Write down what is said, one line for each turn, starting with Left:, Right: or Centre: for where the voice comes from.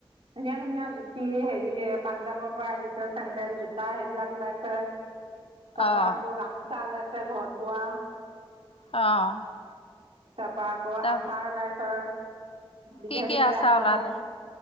Right: ধুনীয়া ধুনীয়া জুতি হেৰি পাঞ্জাৱৰ পৰা আহিছে। চেন্দেল, জোতা সেইবিলাক ওলাইছে। তাৰ
Left: অ',
Right: পৰা আকৌ গামোচা ওলাইছে। ঘৰত বোৱা
Left: অ',
Right: তাৰ পৰা আকৌ
Left: তাৰপিছত
Right: আচাৰ ওলাইছে। বিধে
Left: কি কি
Right: বিধে আচাৰ
Left: ওলালে?